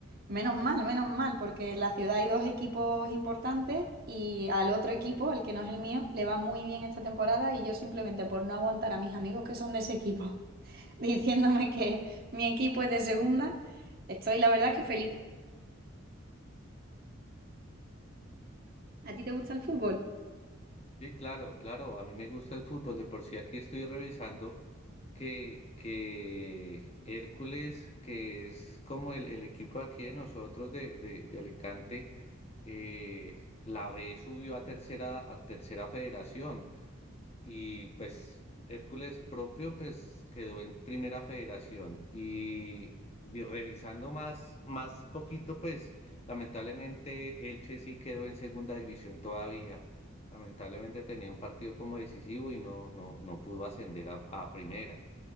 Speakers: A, on the right; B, on the left.
A: Menos mal, menos mal, porque en la ciudad hay dos equipos importantes y al otro equipo, el que no es el mío, le va muy bien esta temporada y yo simplemente por no aguantar a mis amigos que son de ese equipo <laughs> diciéndome que mi equipo es de segunda, estoy la verdad que feliz. ¿A ti te gusta el fútbol?
B: Sí, claro, claro, a mí me gusta el fútbol. De por sí aquí estoy revisando que, que Hércules, que es como el, el equipo de aquí de nosotros de, de, de Alicante, eh, la B subió a tercera, a tercera federación. y pues Hércules propio pues quedó en primera federación y, vi- revisando más, más poquito pues lamentablemente Elche sí quedó en segunda división todavía. Lamentablemente tenía un partido como decisivo y no, no, no pudo ascender a, a primera.